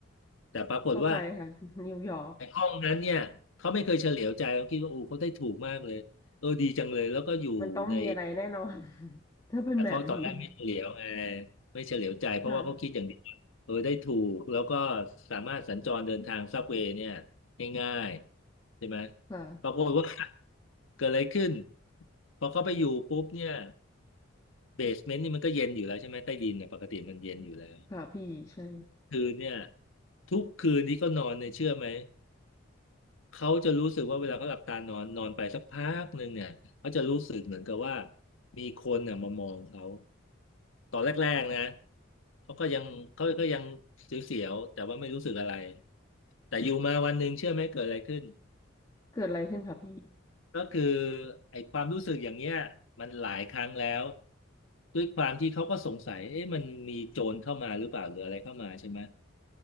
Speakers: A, on the left; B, on the left.
A: แต่ปรากฏว่า
B: เข้าใจค่ะนิวยอร์ก
A: ไอ่ห้องนั้นเนี่ยเขาไม่เคยเฉลียวใจเขาคิดว่าโอ้เขาได้ถูกมากเลยเออดีจังเลยแล้วก็อยู่ใน
B: มันต้องมีอะไรแน่นอน <laughs> ถ้าเป็นแบบนี้
A: แต่เขาตอนแรกไม่เฉลียวไงไม่เฉลียวใจเพราะว่าเขาคิดอย่างเดียวว่าเออได้ถูกแล้วก็
B: ค่ะ
A: สามารถสัญจรเดินทางซับเวย์เนี่ยง่ายๆใช่ไหม
B: ค่ะ
A: ปรากฏว่า <laughs> เกิดอะไรขึ้นพอเขาไปอยู่ปุ๊บเนี่ยเบสเมนต์นี่มันก็เย็นอยู่แล้วใช่ไหมใต้ดินเนี่ยปกติมันเย็นอยู่แล้ว
B: ค่ะพี่ใช่
A: คืนเนี่ยทุกคืนที่เขานอนเนี่ยเชื่อไหม เขาจะรู้สึกว่าเวลาเขาหลับตานอนนอนไปสักพักหนึ่งเนี่ยเขาจะรู้สึกเหมือนกับว่ามีคนเนี่ยมามองเขาตอนแรกๆนะเขาก็ยังเขาก็ยังเสียวๆแต่ว่าไม่รู้สึกอะไรแต่อยู่มาวันหนึ่งเชื่อไหมเกิดอะไรขึ้น
B: เกิดอะไรขึ้นคะพี่
A: ก็คือไอ้ความรู้สึกอย่างเงี้ยมันหลายครั้งแล้วด้วยความที่เขาก็สงสัยเอ๊ะมันมีโจรเข้ามาหรือเปล่าหรืออะไรเข้ามาใช่ไหม